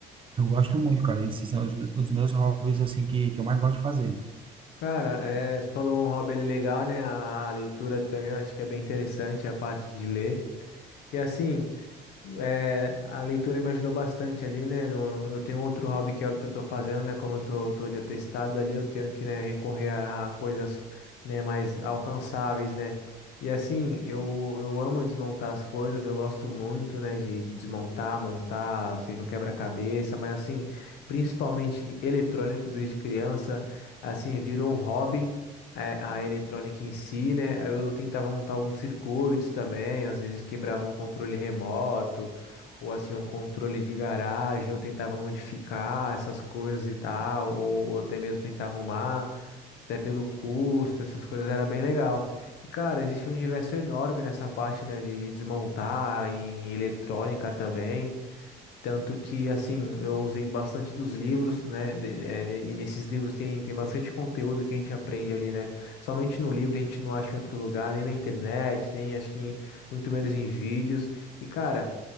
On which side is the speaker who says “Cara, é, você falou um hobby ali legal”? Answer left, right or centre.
Left